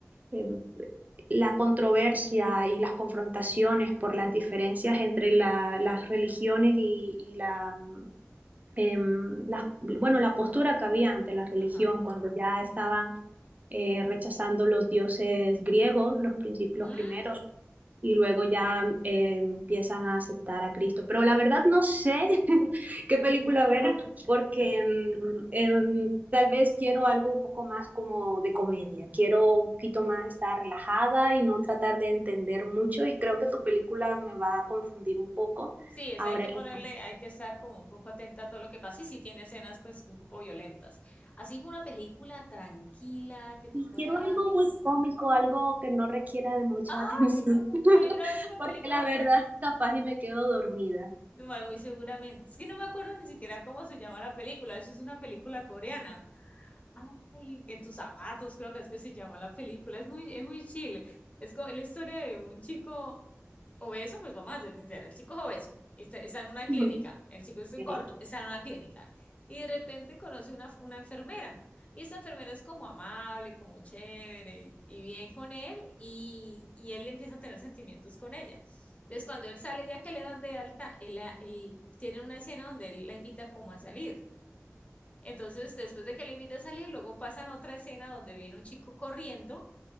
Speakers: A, on the right; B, on the left.
A: eh, la controversia y las confrontaciones por las diferencias entre la, las religiones y, y la, eh, la, bueno, la postura que había ante la religión
B: Ajá.
A: cuando ya estaban eh, rechazando los dioses griegos, los, princip- los
B: Mm.
A: primeros, y luego ya eh, empiezan a aceptar a Cristo. Pero la verdad no sé <laughs> qué
B: <laughs>
A: película ver porque mm, em, tal vez quiero algo un poco más como de comedia. Quiero un poquito más estar relajada y no tratar de entender mucho y creo que tu película me va a confundir un poco.
B: Sí, es,
A: Ahora
B: hay que
A: que
B: ponerle, hay que estar como un poco atenta a todo lo que pasa y si tiene escenas pues un poco violentas. Así una película tranquila que te
A: y
B: pueda...
A: quiero algo muy cómico, algo que no requiera de mucha
B: Ay,
A: atención,
B: yo me,
A: <laughs>
B: me vi una vez una
A: porque
B: película
A: la verdad
B: que,
A: capaz y me quedo dormida.
B: bueno, muy seguramente, es que no me acuerdo ni siquiera cómo se llama la película, de hecho es una película coreana. Ay, en tus zapatos, creo que es que se llama la película. Es muy, es muy chile. Es como la historia de un chico obeso, pues vamos a ser sinceros, el chico es obeso y está, está en una clínica.
A: <laughs>
B: El chico es un
A: Ok.
B: gordo, está en una clínica. Y de repente conoce una, una enfermera. Y esta enfermera es como amable, como chévere y, y bien con él. Y, y él empieza a tener sentimientos con ella. Entonces, cuando él sale, ya que le dan de alta, él, la- él tiene una escena donde él la invita como a salir entonces, después de que le invita a salir, luego pasan otra escena donde viene un chico corriendo, o